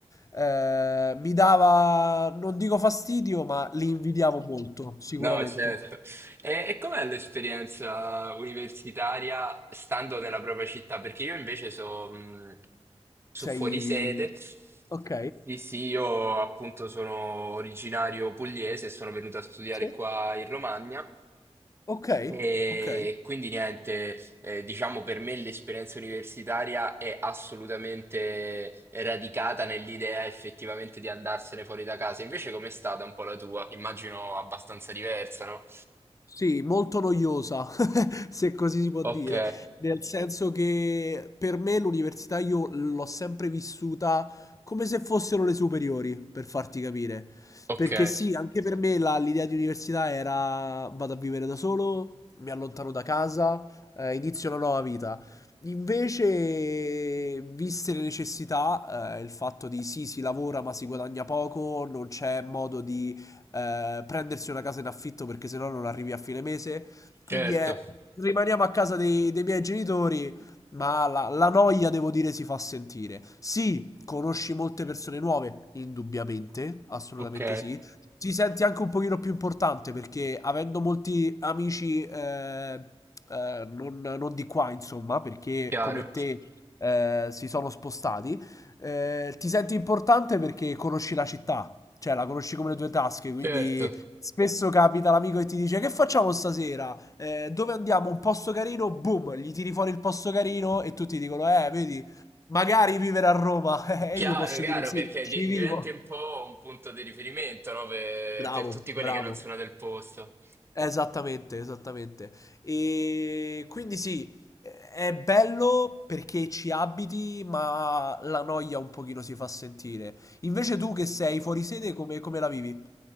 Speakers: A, on the left; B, on the right.
A: eh, mi dava, non dico fastidio, ma li invidiavo molto, sicuramente.
B: No, certo. E, e com'è l'esperienza universitaria stando nella propria città? Perché io invece so, mh, so
A: Sei...
B: fuori sede.
A: Ok?
B: Sì, sì, io appunto sono originario pugliese e sono venuto a studiare
A: Sì.
B: qua in Romagna.
A: Okay,
B: E
A: okay.
B: quindi niente, eh, diciamo per me l'esperienza universitaria è assolutamente radicata nell'idea effettivamente di andarsene fuori da casa. Invece com'è stata un po' la tua? Immagino abbastanza diversa, no?
A: Sì, molto noiosa, <laughs> se così si può
B: Ok,
A: dire, nel senso che per me l'università io l'ho sempre vissuta come se fossero le superiori, per farti capire.
B: ok,
A: Perché sì, anche per me la l'idea di università era: vado a vivere da solo, mi allontano da casa, ehm, inizio una nuova vita. Invece, viste le necessità, ehm, il fatto di sì, si lavora ma si guadagna poco, non c'è modo di eh, prendersi una casa in affitto perché sennò non arrivi a fine mese. Quindi
B: certo,
A: è rimaniamo a casa dei, dei miei genitori, ma la, la noia, devo dire, si fa sentire. Sì, conosci molte persone nuove, indubbiamente, assolutamente
B: ok,
A: sì. Ti senti anche un pochino più importante perché avendo molti amici eh, eh, non, non di qua, insomma, perché
B: chiaro,
A: come te eh, si sono spostati, eh, ti senti importante perché conosci la città. Cioè, la conosci come le tue tasche, quindi
B: certo.
A: spesso capita l'amico che ti dice: Che facciamo stasera? Eh, dove andiamo? Un posto carino? Boom, gli tiri fuori il posto carino e tutti dicono: Eh, vedi, magari vivere a Roma. <laughs>
B: Chiaro,
A: E io posso
B: chiaro,
A: dire: Sì,
B: perché
A: ci
B: di-
A: vivo.
B: diventi un po' un punto di riferimento, no? Per,
A: Bravo,
B: per tutti quelli
A: bravo.
B: che non sono del posto.
A: Esattamente, esattamente. E quindi sì, è bello perché ci abiti, ma la noia un pochino si fa sentire. Invece tu che sei fuori sede, come, come la vivi?